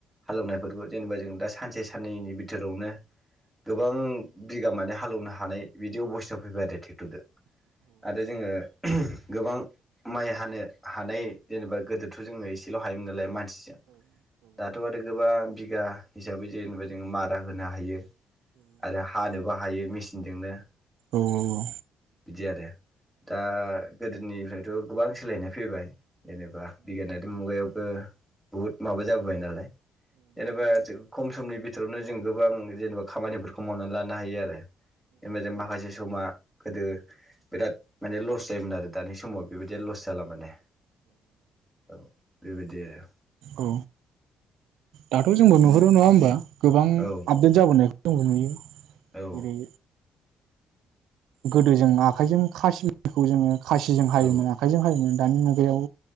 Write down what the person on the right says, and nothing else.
औ औ औ
औ। दाथ' जोंबो नुहरो नङा होमबा? गोबां
आपडेट जाबोनायखौ जोंबो नुयो जेरै
गोदो जों आखाइजों खासिलिखौ जोङो खासिजों हायोमोन
आखाइजों हायोमोन दानि मुगायाव